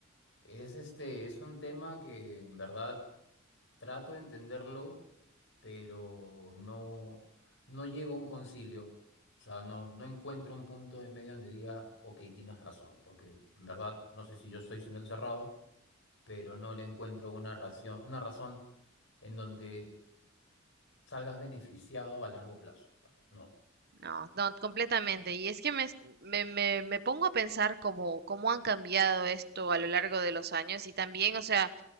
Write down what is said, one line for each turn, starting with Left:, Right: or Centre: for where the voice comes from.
Left: Es este, es un tema que en verdad trato de entenderlo, pero no, no llego a un concilio. O sea, no, no encuentro un punto de medio donde diga, ok, tienes razón, porque en verdad no sé si yo estoy siendo el cerrado, pero no le encuentro una razón, una razón en donde salgas beneficiado a largo plazo. O sea, no.
Right: No, no, completamente. Y es que me, me, me, me pongo a pensar cómo, cómo han cambiado esto a lo largo de los años y también, o sea,